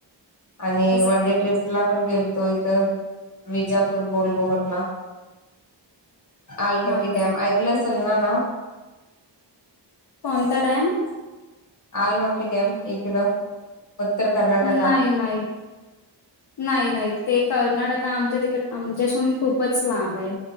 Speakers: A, on the left; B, on the left.
A: आणि
B: अस
A: वन डे ट्रिप ला आपण गेलतो इथ विजापूर गोलगुमटला आलमटी
B: हा काय
A: डॅम ऐकलंचल ना ना
B: पणंत डॅम
A: आलमटी डॅम इकड उत्तर कर्नाटक
B: नाही नाही नाही नाही ते कर्नाटक आमच्या तिकड आमच्याशीून खूपच लांब आहे